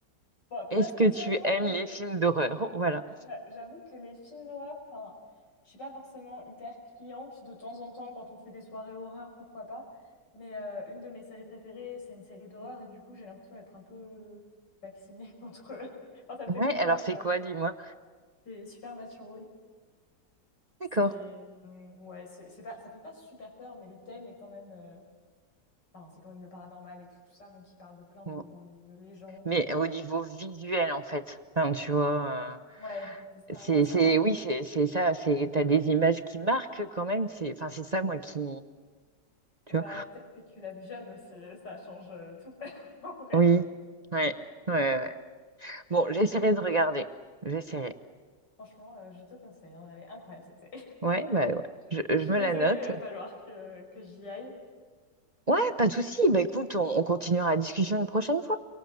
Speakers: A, on the left (about 75°); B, on the right (about 35°).
A: Bah pas
B: Est-ce
A: spécialement,
B: que tu aimes
A: mais
B: les films d'horreur? <laughs> Voilà.
A: J'a- J'avoue que les films d'horreur, enfin, je suis pas forcément hyper cliente de temps en temps quand on fait des soirées horreur, pourquoi pas. Mais euh, une de mes séries préférées, c'est une série d'horreur et du coup, j'ai l'impression d'être un peu vaccinée <laughs> contre. Enfin, ça me
B: Ouais,
A: fait plus
B: alors
A: peur,
B: c'est
A: quoi.
B: quoi, dis-moi?
A: C'est Supernatural.
B: D'accord.
A: C'est hum, ouais, c'est c'est pas, ça fait pas super peur, mais le thème est quand même. euh, Enfin, c'est quand même le paranormal et tout, tout ça, donc il parle de plein
B: Bon.
A: de, de légendes.
B: Mais
A: euh,
B: au
A: et cetera.
B: niveau visuel, en fait, Enfin, tu vois,
A: Ouais, c'est ça.
B: euh, c'est,
A: Moi, ça
B: c'est,
A: va.
B: oui, c'est, c'est ça, c'est, t'as des images qui marquent quand même, c'est, enfin, c'est ça, moi, qui, tu
A: Bah,
B: vois?
A: peut-être que tu l'as vu jeune aussi, ça change euh, tout. <laughs> En vrai,
B: Oui, ouais, ouais, ouais. Bon, j'essaierai de regarder, j'essaierai.
A: franchement, euh, je te conseille, hein, elle est incroyable cette série.
B: Ouais, bah, ouais.
A: <laughs>
B: Je, je
A: Je suis
B: me
A: désolée,
B: la note.
A: mais il va falloir que, que j'y aille.
B: Ouais, pas de souci, bah, écoute, on, on continuera la discussion une prochaine fois.